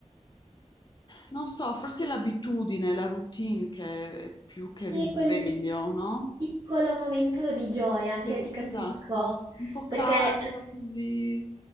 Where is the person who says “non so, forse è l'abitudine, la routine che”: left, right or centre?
Left